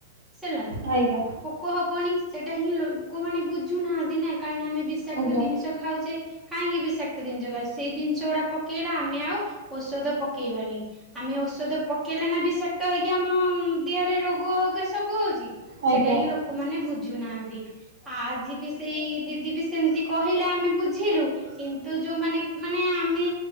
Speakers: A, in the centre; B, on the right.
A: ହେଲା।
B: ଆଜ୍ଞା
A: ପୋକ ହବନି ସେଟା ହିଁ ଲୋକମାନେ ବୁଝୁନାହାନ୍ତି ନା କାହିଁକିନା ଆମେ ବିଷାକ୍ତ
B: ଆଜ୍ଞା
A: ଜିନିଷ
B: ଆଜ୍ଞା
A: ଖାଉଛେ କାହିଁକି ବିଷାକ୍ତ ଜିନିଷ ଖାଉଛେ ସେଇ ଜିନିଷ ଗୁଡ଼ା ପକେଇଲେ ଆମେ ଆଉ ଔଷଧ ପକେଇବାନି ଆମେ ଔଷଧ ପକେଇଲେ ନା ବିଷାକ୍ତ ହେଇକି ଆମ ଦେହରେ ରୋଗହକା ସବୁ ହଉଛି
B: ଆଜ୍ଞା
A: ସେଟା ହିଁ ଲୋ ଲୋକମାନେ ବୁଝୁନାହାନ୍ତି ଆଜି ବି ସେଇ ଦିଦି ବି ସେମିତି କହିଲେ ଆମେ ବୁଝିଲୁ କିନ୍ତୁ ଯୋଉମାନେ ମାନେ ଆମେ